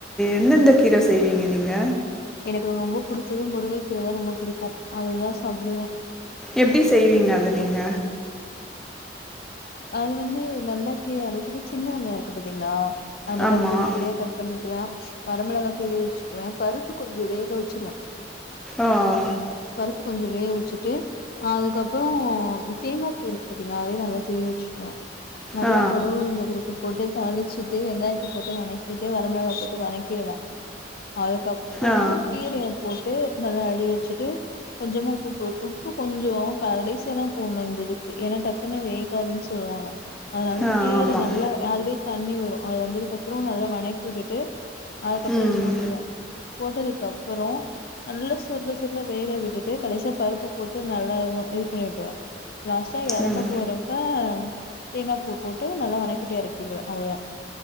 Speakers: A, in the centre; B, on the left.
A: எந்தெந்த கீரை செய்வீங்க நீங்க
B: எனக்கு ரொம்ப புடிச்சது முருகைக்கீரை தான் ரொம்ப புடிக்கும் அதுதான் சாப்டுவேன்
A: எப்டி செய்வீங்க அத நீங்க
B: அது வந்து நல்லா கீரை அலச்சிட்டு சின்ன வெங்காயம் இருக்கு பாத்தீங்களா அதனால
A: ஆமாம்
B: பொடி பொடிய கட் பண்ணிக்குவேன் வரம்மிளகா கீரி வச்சுக்குவேன் பருப்பு கொஞ்சம் வேக வச்சிருவேன்
A: ஆ ஆ
B: பருப்பு கொஞ்சம் வேக வச்சுட்டு அதுக்கப்புறம் தேங்காய் பூ இருக்கு பாத்தீங்களா அத நல்லா துரிவி வச்சிப்ப நல்லா
A: ஆ ஆ
B: கடுகு உளுந்து பருப்பு போட்டு தாலி வச்சிட்டு வெங்காயத்தை போட்டு வனக்கிட்டு வரமிளகா போட்டு வனக்கிடுவேன் அதுக்கு அப்புறம்
A: ஆ
B: கீரைய போட்டு நல்லா அழி வச்சுட்டு கொஞ்சமா உப்பு போ உப்பு கொஞ்சம் கடைசியாக தான் போட்ணும் இந்ததுக்கு ஏன்னா டக்குன்னு வேகாதுன்னுச்சு சொல்லுவாங்க அதனால
A: ஆ
B: கீரை
A: ஆமாம்
B: நல்ல அத தண்ணி வரும் அது வந்ததுக்கு அப்புறம் நல்லா வனக்கி விட்டுட்டு அதுக்கு அப்புறம்
A: ம்
B: இது போட்டுருவேன் போட்டதுக் அதுக்குப்புறம் நல்லா சுருல சுருல வேக விட்டுட்டு கடைசியா பருப்பு போட்டு நல்லா இது பண்ணி விட்டுவேன் லாஸ்ட்டா இறக்க
A: ம்
B: போறப்ப தேங்காய் பூ போட்டு நல்லா வணக்கிட்டு இறக்கிடுவேன் அவ்ள தான்